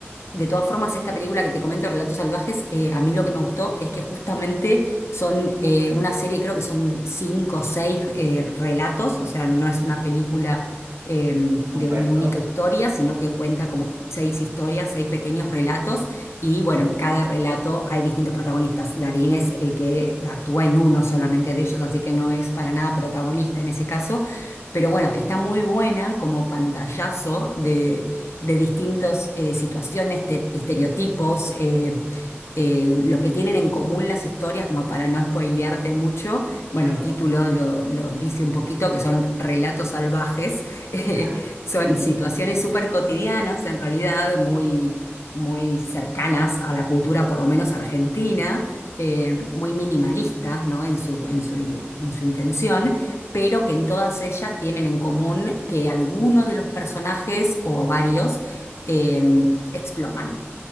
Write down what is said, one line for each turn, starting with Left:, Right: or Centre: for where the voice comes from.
Left: De todas formas, esta película que te comento, Relatos Salvajes, eh, a mí lo que me gustó es que justamente son eh, una serie, creo que son cinco o seis eh, relatos, o sea, no es una película eh, de
Right: Comprendo,
Left: una única historia, sino que cuenta como seis historias, seis pequeños relatos, y bueno, en cada relato hay distintos protagonistas. Darín es el que actúa en uno solamente de ellos, así que no es para nada protagonista en ese caso, pero bueno, está muy buena como pantallazo de de distintas situaciones, te- estereotipos, eh, eh, lo que tienen en común las historias, como para no spoilearte mucho. Bueno,
Right: claro,
Left: el título lo, lo dice un poquito, que son relatos salvajes. <laughs> eh,
Right: ya,
Left: son
Right: ujú,
Left: situaciones súper cotidianas, en realidad, muy, muy cercanas a la cultura, por lo menos argentina, eh, muy minimalistas, ¿no? En su, en su, en su intención pero que en todas ellas tienen en común que alguno de los personajes o varios eh, explotan.